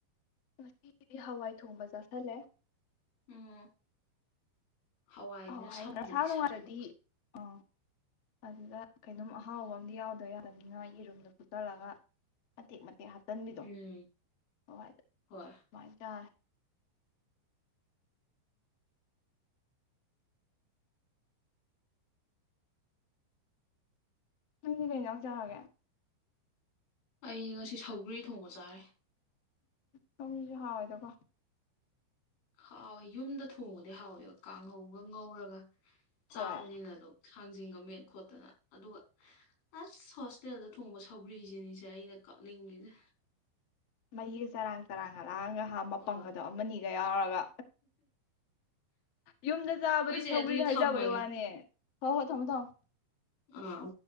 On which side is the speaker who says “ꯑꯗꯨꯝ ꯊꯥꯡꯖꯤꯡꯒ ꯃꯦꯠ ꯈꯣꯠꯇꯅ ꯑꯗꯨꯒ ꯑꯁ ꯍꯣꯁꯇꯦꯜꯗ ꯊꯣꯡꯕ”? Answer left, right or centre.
Left